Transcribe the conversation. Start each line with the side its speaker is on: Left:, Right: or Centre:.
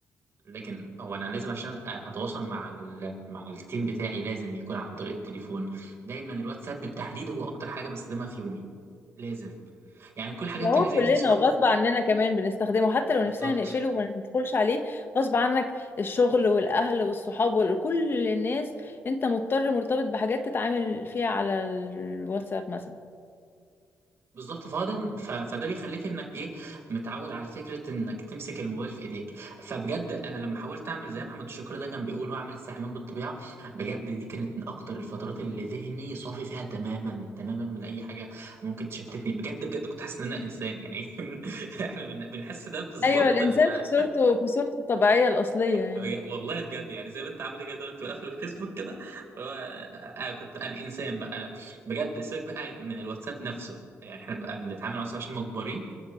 Right: لكن هو انا لازم عشان أ- اتواصل مع ال... مع التيم بتاعي لازم يكون عن طريق التليفون دايما الواتساب بالتحديد هو اكتر حاجه بستخدمها في يومي لازم يعني كل الحاجات
Left: ده
Right: التانية
Left: هو
Right: زي
Left: كلنا
Right: الفيسبوك
Left: وغصب عننا كمان بنستخدمه حتى لو
Right: بالظبط
Left: نفسنا نقفله وما ندخلش عليه غصب عنك الشغل والأهل والصحاب وكل الناس انت مضطر مرتبط بحاجات تتعامل فيها على الواتساب مثلا
Right: بالظبط فهو ده ف... فده بيخليك انك ايه متعود على فكره انك تمسك الموبايل في ايديك فبجد انا لما حاولت اعمل زي محمد الشكر ده كان بيقول واعمل استحمام بالطبيعه بجد دي كانت من اكتر الفترات اللي ذهني صافي فيها تماما تماما من اي حاجه ممكن تشتتني بجد بجد كنت حاسس ان انا انسان يعني <laughs> احنا بن... بنحس ده بالظبط
Left: ايوه الانسان
Right: لما
Left: في صورته في صورته الطبيعيه الاصليه يعني
Right: بج... والله بجد يعني زي ما انت عامله كده دلوقتي بقفل الفيسبوك كده فهو انا كنت انا انسان بقى انا بجد سيبك بقى من الواتساب نفسه يعني احنا بقى بنتعامل مع الواتساب عشان مجبرين